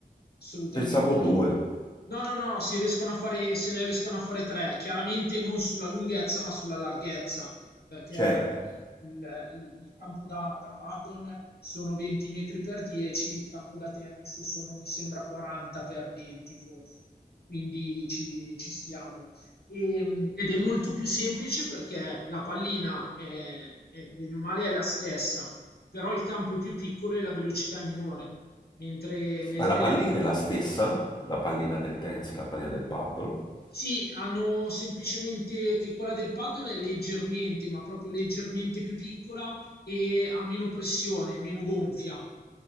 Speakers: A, on the left; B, on the left.
A: Assolutamente.
B: pensavo due,
A: No, no, no, si riescono a fare, se ne riescono a fare tre, chiaramente non sulla lunghezza ma sulla larghezza, perché
B: certo.
A: il, il campo da, da paddle sono 20 metri per 10, il campo da tennis sono, mi sembra, 40 per 20 forse, quindi ci, ci stiamo. E- ed è molto più semplice perché la pallina è, è, bene o male è la stessa, però il campo è più piccolo e la velocità è minore, mentre nel
B: Ma la
A: tennis...
B: pallina è la stessa, la pallina del tennis e la pallina del paddle,
A: Sì, hanno semplicemente che quella del paddle è leggermente, ma proprio leggermente più piccola e ha meno pressione, meno gonfia,